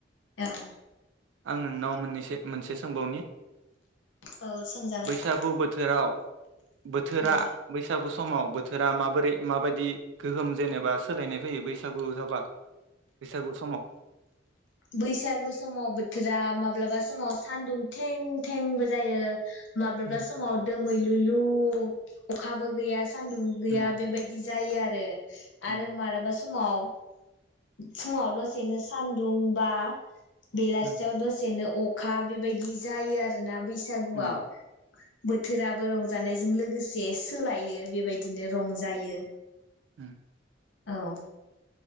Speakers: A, on the left; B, on the right.
A: औ
B: आं नोंनाव मोननैसो मोनसे सोंबावनि
A: औ सोंजागोन
B: बैसागु बोथोराव बोथोरा
A: औ
B: बैसागु समाव बो थोरा माबोरै माबायदि गोहोम जेनेबा सोलायनाय फैयो बैसागु जाबा बैसागु समाव
A: बैसागु समाव बोथोरा माब्लाबा समाव सानदुं थें थेंबो जायो। माब्लाबा
B: उम
A: समाव दोमैलुलु अखाबो गैयास सान्दुं गैया
B: उम
A: बेबायदि जायो आरो।
B: उम
A: आरो माराबा स समाव फुङाव दसेनो सान्दुं बा बेलासियाव
B: उम
A: दसेनो अ खा बेबायदि जायो आरोना। बैसागुआव
B: उम
A: बोथोराबो रंज जानायजों लोगोसे सोलायो। बेबायदिनो रंजायो।
B: होम
A: औ।